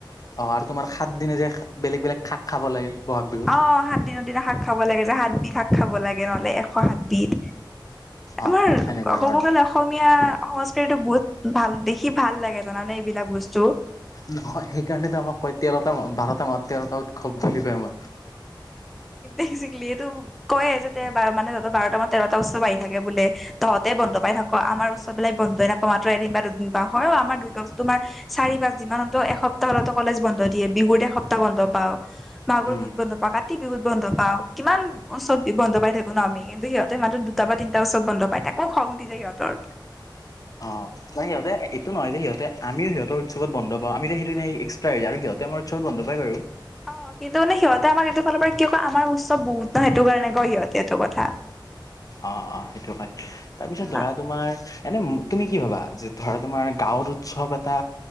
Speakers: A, on the left (about 45°); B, in the centre.
A: অ, আৰু তোমাৰ সাত দিনে যে বেলেগ, বেলেগ শাক খাব লাগে বহাগ বিহুত।
B: অ, হাত দিনত। দিনা শাক খাব লাগে যে সাতবিধ শাক খাব লাগে নহ'লে এশ সাতবিধ
A: অ
B: আমাৰ
A: সেনেকুৱা
B: ক'ব
A: ধৰণৰ
B: গলে অসমীয়া সংস্কৃতিটো বহুত ভাল দেখি ভাল লাগে জানানে এইবিলাক বস্তু।
A: নহয় সেইকাৰণেতো আমাক কয় তেৰটা, বাৰটা মাহ তেৰটা উ সব বুলি কয় আমাক।
B: একজেকলি এইটো কয়ে যে মানে বাৰটা মাহত তেৰটা উৎসৱ আহি থাকে বোলে। তহঁতে বন্ধ পাই থাক আমাৰ উৎসবিলাক বন্ধই নাপাও মাত্ৰ এদিন বা দুদিন বা হয়ও আমাৰ দুৰ্গা পুজা তোমাৰ চাৰি পাঁচদিনমানতো এসপ্তাহ হলেতো কলেজ বন্ধ দিয়ে বিহুত এসপ্তাহ বন্ধ পাও। মাঘৰ
A: উম
B: বিহুত বন্ধ পাওঁ, কাতি বিহুত বন্ধ পাওঁ, কিমান ওচৰত বন্ধ পাই থাকো ন আমি। কিন্তু সিহঁতে মাহটোত দুটা বা তিনিটা ওচত বন্ধ পায় তাকো খং উঠি যায় সিহঁতৰ।
A: অ'। ন, সিহঁতে এইটো নহয় যে সিহঁতে আমিও সিহঁতৰ উৎসৱত বন্ধ পাওঁ আমি সেইটো এক্সট্ৰা হৈ যায় আৰু সিহঁতে আমাৰ উৎসৱত বন্ধ পাই বাৰু।
B: অ, কিন্তু মানে সিহঁতে আমাক এইটো ফালৰ পৰা কিয় কয় আমাৰ উৎসৱ বহুত ন সেইটো কাৰণে কয় সিহঁতে এইটো কথা
A: অ', অ', সেইটো কথা তাৰপিছত
B: অ
A: ধৰা তোমাৰ এনে তুমি কি ভবা যে ধৰা তোমাৰ গাঁৱৰ উৎসৱ এটা